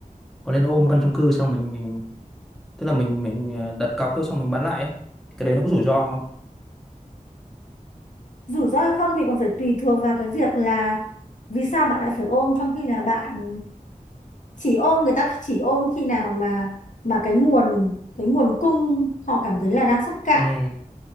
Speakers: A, in the centre; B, on the left.
A: có nên ôm căn chung cư xong mình mình tức là mình mình ờ, đặt cọc thôi xong mình bán lại ấy. cái đấy nó có rủi ro không
B: rủi ro hay không thì còn phải tùy thuộc vào cái việc là vì sao bạn lại phải ôm trong khi là bạn chỉ ôm người ta chỉ ôm khi nào mà mà cái nguồn cái nguồn cung họ cảm thấy là đang sắp cạn
A: ừ